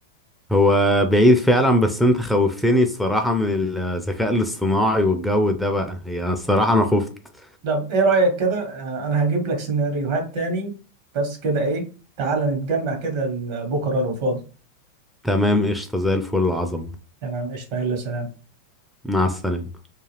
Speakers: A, in the centre; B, on the right.
A: هو بعيد فعلا بس انت خوفتني الصراحة من الذكاء الاصطناعي والجو ده بقى هي الصراحة أنا خفت
B: طب ايه رأيك كده آه، انا هجيب لك سيناريوهات تاني بس كده ايه تعالى نتجمع كده بكره لو فاضي
A: تمام قشطة زي الفل العظمة
B: تمام قشطة يلا سلام
A: مع السلامة